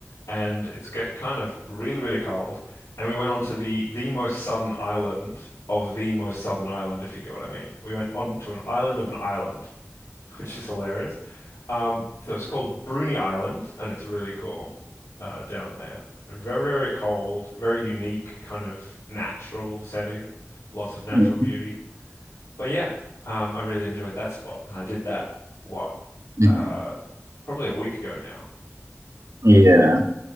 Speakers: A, on the left; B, on the right.
A: and it's get kind of really really cold, and we went on to the the most southern island. Of the most southern island, if you get what I mean. We went on to an island of an island. <laughs> which is hilarious. Um, so it's called Bruny Island, and it's really cool uh, down there. Very, very cold, very unique kind of natural setting, lots of natural
B: mm,
A: beauty. But yeah, um, I really enjoyed that spot, and I did that what
B: mm.
A: uh, probably a week ago now.
B: Yeah,